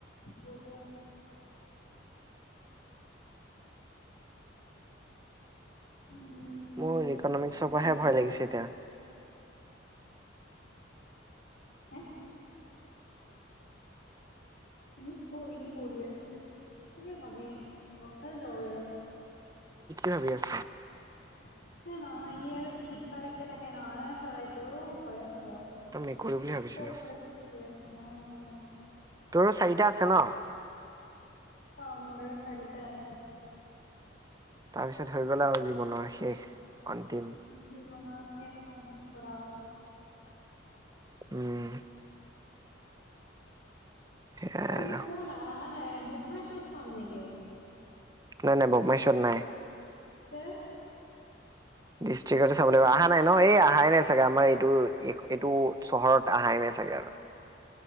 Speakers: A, on the left (about 60°); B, on the right (about 20°).
A: বহীয়া উম
B: মোৰ ইকনমিক্সৰ
A: কামিং
B: পৰাহে ভয় লাগিছে এতিয়া
A: হে ই অ ই কৰি আছে তাকে ভাবি আছো কষাই যাও য়ে
B: ভাবি আছা
A: এ নহয় ই আৰু পিৰিক পাৰাকে থাকে নহয় চৰাইতটো হয় হেল্ল'
B: মই মেকুৰী বুলি ভাবিছিলো
A: কৰ পৰা পছে ন ন
B: আৰু চাৰিটা আছে ন
A: চ মদৰ চাৰি ত আছে
B: তাৰপিছত হৈ গল আৰু জীৱনৰ শেষ অন্তিম
A: জীৱনৰ শেষ অন্তিম পৰাও
B: উম সেয়াই
A: অ
B: আৰু
A: মোক ক না হ নাই মুক মাৰ্চত চাম নেকি
B: নাই নাই বুকমাইশ্বোত নাই
A: তে
B: ডিষ্ট্ৰিকতে চাব লাগিব অহা নাই ন এই অহাই নাই চাগে আমাৰ এইটো এইটো চহৰত অহাই নাই চাগে আৰু